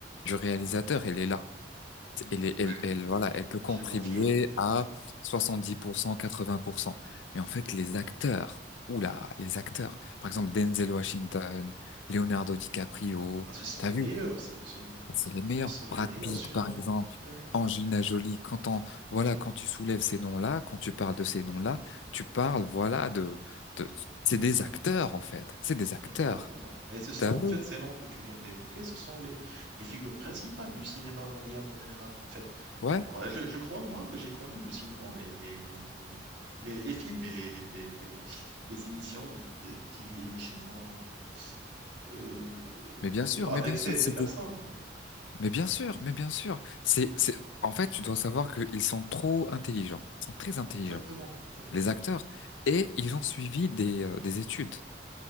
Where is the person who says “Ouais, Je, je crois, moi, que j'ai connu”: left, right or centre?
Right